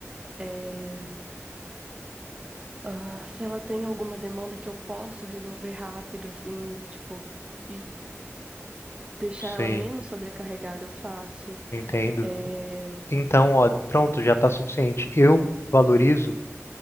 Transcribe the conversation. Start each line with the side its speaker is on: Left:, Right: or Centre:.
Right: É, ah, se ela tem alguma demanda que eu posso resolver rápido, assim, tipo, e deixar
Left: Sim,
Right: ela menos sobrecarregada, eu faço.
Left: entendo.
Right: É,
Left: Então, ó, pronto, já tá suficiente. Eu valorizo.